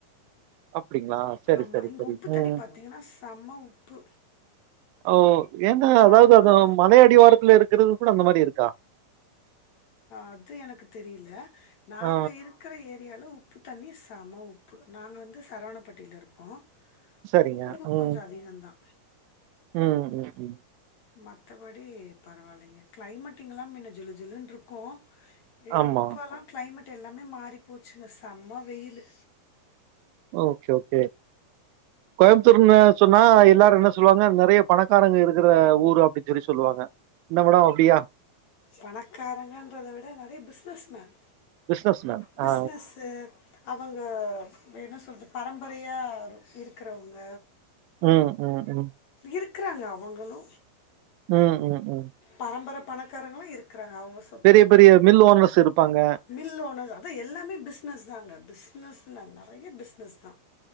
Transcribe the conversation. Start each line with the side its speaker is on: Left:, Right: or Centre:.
Right: அப்டிங்களா சரி
Left: ஆமா
Right: சரி
Left: இங்க
Right: சரி
Left: உப்பு
Right: ம்
Left: தண்ணி பாத்தீங்கன்னா செம்ம உப்பு
Right: ஓ ஏங்க
Left: நார்மல்
Right: அதாவது அது மல அடிவாரத்துல இருக்கிறது கூட அந்த மாரி இருக்கா
Left: அது எனக்கு தெரியில நாங்க
Right: ஆ
Left: இரு க்கிற ஏரியால உப்பு தண்ணி செம உப்பு நாங்க வந்து சரவணப்பட்டியில இருக்கோ
Right: சரிங்க.
Left: போ உப்பு
Right: ம்
Left: கொஞ்ச அதிகம் தா
Right: ம் ம் ம்.
Left: மற்றபடி பரவாயில்லைங்க கிளைமேட் இங்கல்லாம் முன்ன ஜிலு ஜிலுனு இருக்கும் அ
Right: ஆமா.
Left: இப்போல்லாம் கிளைமேட் எல்லாமே மாறி போச்சுங்க செம்ம வெயிலு
Right: ஓகே ஓகே கோயம்புத்தூர்னு சொன்னா எல்லாரு என்ன சொல்லுவாங்க நெறைய பணக்காரங்க இருக்கிற ஊரு அப்டின் சொல்லி சொல்லுவாங்க ன்ன மேடோ அப்டியா
Left: பணக்காரங்கன்றத விட நெறைய பிஸ்னஸ்மேன்
Right: பிசினஸ் மேன்.
Left: பிஸ்னஸ்ஸு
Right: ஆ.
Left: அவங்க என்ன சொல்றது பரம்பரயா இருக்கிறவங்க
Right: ம் ம் ம்.
Left: இருக்கறாங்க அவங்களு
Right: ம் ம் ம்
Left: பரம்பர பணக்காரங்களு இருக்கறாங்க அவங்க ஸ்
Right: பெரிய பெரிய மில் ஓனர்ஸ் இருப்பாங்க
Left: மில் ஓனர்ஸ் அதா எல்லாமே பிஸ்னஸ் தாங்க பிஸ்னஸ்ன நெறைய பிஸ்னஸ் தா